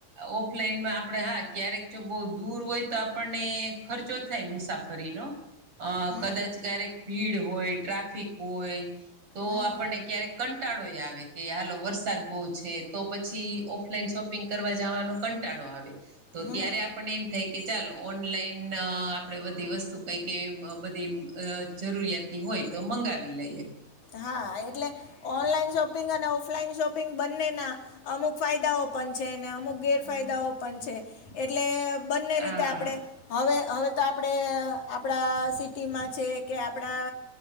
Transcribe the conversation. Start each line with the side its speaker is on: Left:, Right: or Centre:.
Right: ઓફલાઈનમાં આપડે હા ક્યારેક જો બહુ દૂર હોય તો આપણને ખર્ચો થાય મુસાફરીનો. અ
Left: હમ
Right: કદાચ ક્યારેક ભીડ હોય ટ્રાફિક હોય તો
Left: હમ
Right: આપણને ક્યારેક કંટાળોય આવે કે, હાલો વરસાદ બહુ છે તો પછી ઓફલાઈન શોપિંગ કરવા જાવાનો કંટાળો આવે. તો
Left: હમ
Right: ત્યારે આપણને એમ થાય કે, ચાલો ઓનલાઇન આપણે બધી વસ્તુ કાંઈક એવી બધી અ જરૂરિયાતની હોય તો મંગાવી લઈએ.
Left: હા એટલે ઓનલાઈન શોપિંગ અને ઓફલાઈન શોપિંગ બંનેના અમુક ફાયદાઓ પણ છે. અને અમુક ગેરફાયદાઓ
Right: આ
Left: પણ છે. એટલે બંને
Right: હા
Left: રીતે આપણેે હવે હવે તો આપણે આપણા સિટીમાં છે. કે આપણા